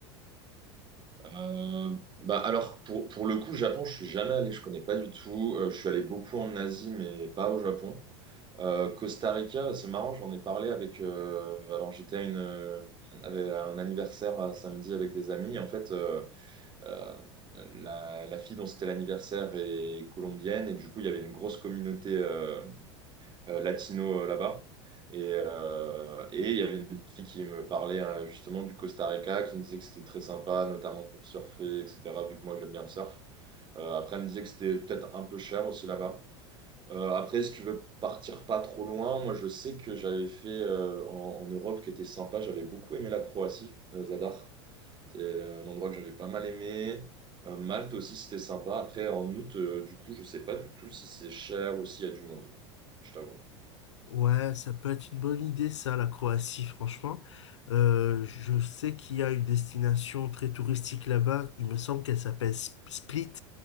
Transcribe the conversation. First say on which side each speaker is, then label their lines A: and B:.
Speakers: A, on the right; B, on the left.
A: Euh, bah alors pour, pour le coup, Japon, je suis jamais allé, je connais pas du tout. Euh, je suis allé beaucoup en Asie, mais pas au Japon. Euh, Costa Rica, c'est marrant, j'en ai parlé avec. euh, alors j'étais à une euh, avec- à un anniversaire à samedi avec des amis. En fait, euh, euh, la, la fille dont c'était l'anniversaire est colombienne et du coup il y avait une grosse communauté. euh, euh, latino euh, là-bas. Et, euh, et il y avait une fille qui me parlait euh, justement du Costa Rica, qui me disait que c'était très sympa, notamment pour surfer, etc., vu que moi j'aime bien le surf. Euh, après, elle me disait que c'était peut-être un peu cher aussi là-bas. Euh, après, si tu veux partir pas trop loin, moi je sais que j'avais fait euh, en, en Europe qui était sympa, j'avais beaucoup aimé la Croatie, euh, Zadar. C'est euh, un endroit que j'avais pas mal aimé. Euh, Malte aussi, c'était sympa. Après, en août, euh, du coup, je sais pas du tout si c'est cher ou s'il y a du monde, je t'avoue.
B: Ouais, ça peut être une bonne idée, ça, la Croatie, franchement. Euh, je sais qu'il y a une destination très touristique là-bas. Il me semble qu'elle s'appelle S- Split.